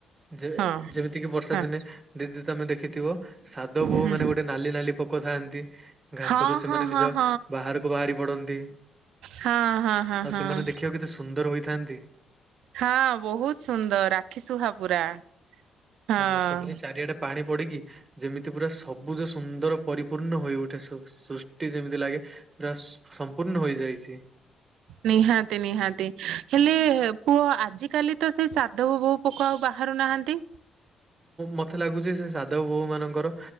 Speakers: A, on the right (about 25°); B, on the right (about 80°).
A: ଯେ
B: ହଁ
A: ଯେମିତି କିି ବର୍ଷା
B: ହଁ
A: ଦିନେ ଦିଦି ତମେ ଦେଖିଥିବ ସାଧବ ବୋହୂ
B: ହୁଁ
A: ମାନେ ଗୋଟେ ନାଲି ନାଲି ପୋକଥାନ୍ତି ଘାସରୁ
B: ହଁ
A: ସେମାନେ
B: ହଁ ହଁ
A: ନିଜ
B: ହଁ
A: ବାହାରକୁ ବାହାରି ପଡନ୍ତି।
B: ହଁ ହଁ ହଁ
A: ଆଉ
B: ହଁ।
A: ସେମାନେ ଦେଖିବାକୁ କେତେ ସୁନ୍ଦର ହୋଇଥାନ୍ତି।
B: ହଁ ବହୁତ ସୁନ୍ଦର ଆଖି ସୁୁହା ପୁରା। ହଁ
A: ଆଉ ବର୍ଷା ଦିନରେ ଚାରିଆଡେ ପାଣି ପଡିକି ଯେମିତି ପୁରା ସବୁଜ ସୁନ୍ଦର ପରିପୂର୍ଣ୍ଣ ହୋଇଉଠେ ସୃଷ୍ଟି ଯେମିତି ଲାଗେ ପୁରା ସମ୍ପୂର୍ଣ୍ଣ ହୋଇଯାଇଛି।
B: ନିହାତି ନିହାତି ହେଲେ ପୁଅ ଆଜିକାଲି ତ ସେଇ ସାଧବବୋହୂ ପୋକ ଆଉ ବାହାରୁ ନାହାନ୍ତି।
A: ମତେ ଲାଗୁଛି ସେ ସାଧବବୋହୂ ମାନଙ୍କର